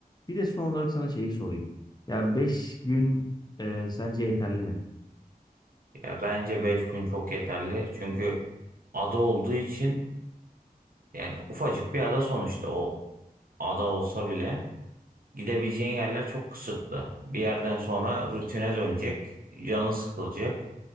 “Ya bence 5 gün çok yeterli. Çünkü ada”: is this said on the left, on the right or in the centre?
Right